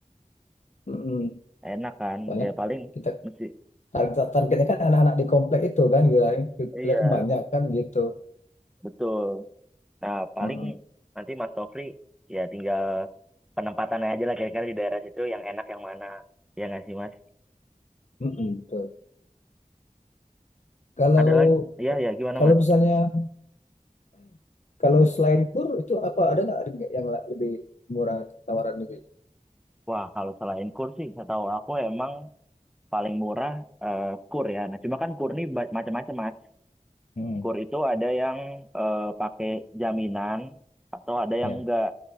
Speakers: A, on the left; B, in the centre.
A: Mm-mm.
B: Enak kan?
A: soalnya
B: Ya paling
A: kita
B: mesti
A: tar- targetnya kan anak-anak di komplek itu kan gila komplek
B: iya.
A: banyak kan gitu
B: betul. Nah paling
A: Mm-mm.
B: nanti Mas Nofri ya tinggal penempatannya aja lah kira-kira di daerah situ yang enak yang mana. Ya nggak sih Mas?
A: Mm-mm, betul. kalau
B: Ada lagi? Ya ya gimana
A: kalau
B: Mas?
A: misalnya Kalau selain kur itu apa ada nggak ada nggak yang la- lebih murah tawaran lebih?
B: Wah, kalau selain kur sih, saya tahu aku emang paling murah eh, kur ya. Nah, cuma kan kur ini ba- macam-macam, Mas.
A: Hmm,
B: Kur itu ada yang eh, pakai jaminan atau ada yang
A: ya.
B: enggak.